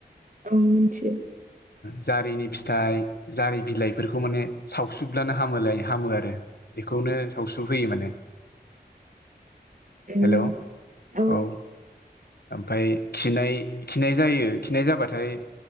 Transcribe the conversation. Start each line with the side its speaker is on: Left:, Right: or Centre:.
Right: औ मिथियो
Left: जारिनि फिथाइ जारि बिलाइफोरखौ माने सावसुब्लानो हामोलाय हामो आरो बेखौनो सावस्रु होयो माने
Right: <inaudible> उम
Left: हेल' औ
Right: औ
Left: ओमफाय खिनाय खिनाय जायो खिनाय जाबाथाय